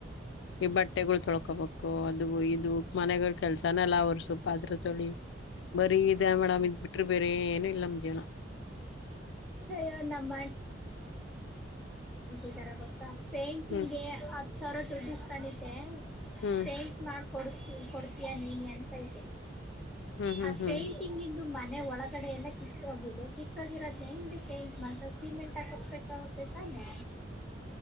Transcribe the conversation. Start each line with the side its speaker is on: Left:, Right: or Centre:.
Left: ಈ ಬಟ್ಟೆಗಳು ತೊಳ್ಕೋಬೇಕು ಅದು ಇದು ಮನೆಗಳ ಕೆಲ್ಸಾನಲ್ಲ ಅವರು ಸು ಪಾತ್ರೆ. ತೊಳಿ ಬರೀ ಇದೆ ಮೇಡಮ್ ಇದ್ ಬಿಟ್ರಿ ಬೇ ಏನು ಇಲ್ಲ ನಮ್ ಜೀವನ.
Centre: ಅಯ್ಯೋ ನಮ್ಮ ಇದರ ಗೊತ್ತಾ. ಪೇಂಟಿಂಗ್ಗೆ
Left: ಹ್ಮ್
Centre: ಹತ್ ಸಾವಿರ ದುಡ್ಡ. ಕಂಡಿತೆ.
Left: ಹ್ಮ್
Centre: ಪೈಂಟ್ ಮಾಡ ಕೊಡ್ಸ್ತೀ ಕೊಡ್ತೀಯಾ ನೀನೆ ಅಂತೈಐತೆ.
Left: ಹ್ಮ್
Centre: ಆ
Left: ಹ್ಮ್ ಹ್ಮ್ ಹ್ಮ್
Centre: ಪೇಂಟಿಂಗಿಂದು. ಮನೆ ಒಳಗಡೆ ಎಲ್ಲ ಕಿತ್ತ ಹೋಗಿದೆ ಕಿ ಕಿತ್ತೋಗಿರೋದ್ನ ಹೆಂಗ ಪೇಂಟ್ ಮಾಡಸ ಸಿಮೆಂಟ್ ಹಾಕಸ್ಬೇಕಾಗುತ್ತೆ ತಾನೆ